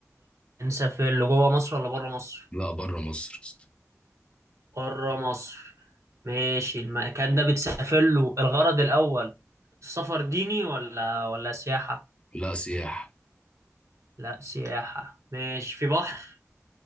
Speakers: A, on the right; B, on the left.
A: بنسافر له جوه مصر ولا بره مصر
B: لا بره مصر يا اسطى.
A: بره مصر ماشي المكان ده بتسافر له الغرض الأول السفر ديني ولا ولا سياحة
B: لا سياح
A: لا سياحة ماشي في بحر